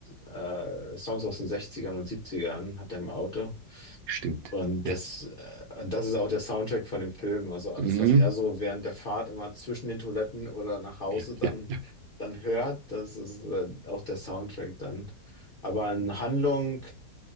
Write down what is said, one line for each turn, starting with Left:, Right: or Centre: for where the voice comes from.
Left: äh, Songs aus den Sechzigern und Siebzigern hat er im Auto.
Right: stimmt.
Left: Und
Right: Ja.
Left: das, äh, und das ist auch der Soundtrack von dem Film. Also alles,
Right: Mhm.
Left: was er so während der Fahrt immer zwischen den Toiletten oder nach Hause
Right: Ja,
Left: dann,
Right: ja, ja.
Left: dann hört, das ist äh, auch der Soundtrack dann. Aber in Handlung.